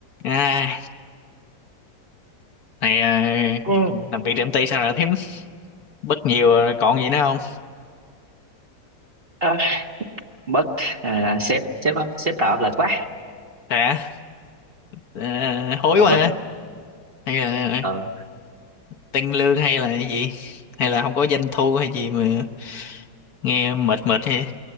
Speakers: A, on the left; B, on the right.
A: À, này
B: Ừ.
A: ờ, làm việc tại công ty sao lại thím bất nhiều rồi còn gì nữa không?
B: À, bất à, sếp sếp sếp tạo áp lực quá
A: Hả? Ờ, hối
B: à,
A: quá
B: vâng
A: hả? Hay là
B: ờ,
A: tăng lương hay là cái gì? Hay là không có doanh thu hay gì mà nghe mệt mệt hay